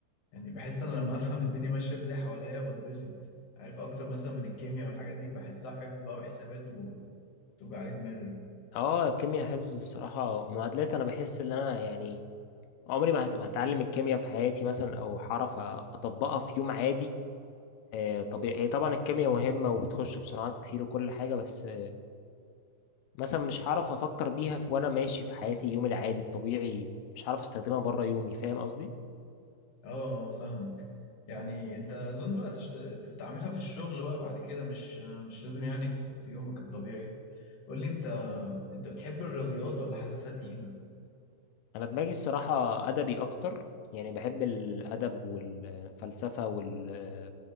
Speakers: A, on the left; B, on the left.
A: يعني بحس انا لما افهم الدنيا ماشيه ازاي حواليا بتبسط عارف اكتر مثلا من الكيمياء والحاجات دي بحسها حفظ بقى وحسابات وتوجع لي دماغي
B: اه الكيمياء حفظ الصراحة معادلات أنا بحس إن أنا يعني عمري ما هس- ما هتعلم الكيمياء في حياتي مثلا أو هعرف أطبقها في يوم عادي آه، طبيعي هي طبعا الكيمياء مهمة وبتخش في صناعات كتير وكل حاجة بس آه، مثلا مش هعرف أفكر بيها في وأنا ماشي في حياتي يومي العادي الطبيعي مش هعرف استخدمها بره يومي فاهم قصدي
A: اه آه، فاهمك يعني انت اظن بقى تشت... تستعملها في الشغل بقى بعد كده مش مش لازم يعني في في يومك الطبيعي قول لي انت انت بتحب الرياضيات ولا حاسسها تقيلة؟
B: انا دماغي الصراحه ادبي اكتر يعني بحب الادب والفلسفه وال-